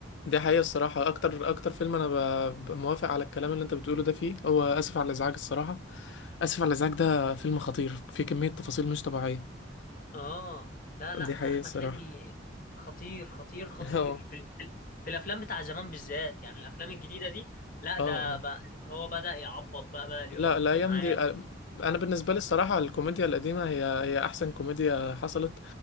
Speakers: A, on the left; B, on the left.
A: دي حقيقة الصراحة اكتر اكتر فيلم انا ب... ب- موافق على الكلام اللي انت بتقوله ده فيه هو اسف على الازعاج الصراحة اسف على الازعاج ده فيلم خطير فيه كمية تفاصيل مش طبيعية
B: اه لا لا
A: دي حقيقة
B: احمد
A: الصراحة
B: حلمي خطير خطير
A: <laughs>
B: خطير
A: اه
B: في ال... في ال- في الافلام بتاع زمان بالذات يعني الافلام الجديده دي لا
A: اه
B: ده بقى اللي هو بدأ يعبط بقى بقى
A: لا
B: يعك
A: الايام
B: معاه
A: دي
B: و...
A: انا بالنسبه لي الصراحه الكوميديا القديمه هي هي احسن كوميديا حصلت